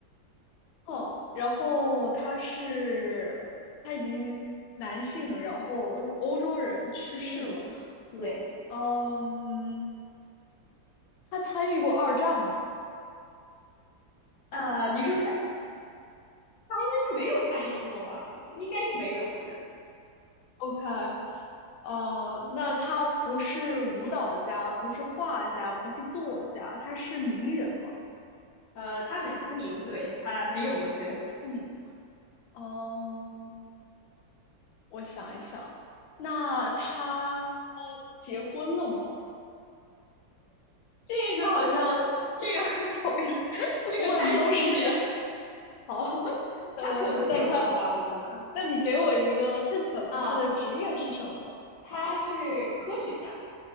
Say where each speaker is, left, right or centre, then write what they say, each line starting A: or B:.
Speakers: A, on the left (about 85°); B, on the left (about 70°).
A: 嗯，然后他是他已经男性，然后欧洲人去世了。
B: 嗯，对，
A: 嗯，他参与过二战吗
B: 呃，你说他他应该是没有参与过吧？应该是没有，我觉得，
A: ？OK，呃，那他不是舞蹈家，不是画家，不是作家，他是名人吗？
B: 呃，他很出名，对，他很有名，
A: 很出名。
B: 对，
A: 嗯，我想一想，那他结婚了吗？
B: 这个好像这个
A: <laughs>
B: <laughs>
A: 不好意思，
B: 这个太细节了
A: 问都是好。
B: 他可能结婚了吧？
A: 呃，那他，
B: 我觉得，
A: 那你给我一个 hint 吧，
B: 啊，
A: 他的职业是什么吗？
B: 他是科学家，